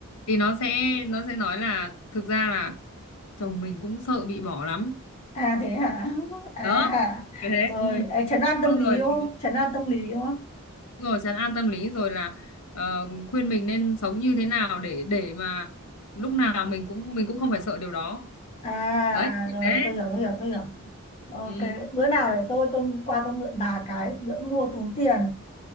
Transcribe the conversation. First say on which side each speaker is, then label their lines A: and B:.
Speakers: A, on the left (about 85°); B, on the left (about 25°).
A: thì nó sẽ nó sẽ nói là thực ra là chồng mình cũng sợ bị bỏ lắm
B: à thế hả à
A: đó kiểu thế
B: rồi
A: ừ.
B: ấy, trấn an tâm
A: xong
B: lý
A: rồi
B: đúng không trấn an tâm lý đúng không
A: rồi trấn an tâm lý rồi là ờ, khuyên mình nên sống như thế nào để để mà lúc nào mình cũng mình cũng không phải sợ điều đó
B: à
A: đấy
B: à
A: thì
B: rồi,
A: thế
B: rồi tôi hiểu tôi hiểu tôi hiểu
A: ừ.
B: ok
A: Ừ.
B: bữa nào để tôi tôi qua tôi mượn bà cái đỡ mua tốn tiền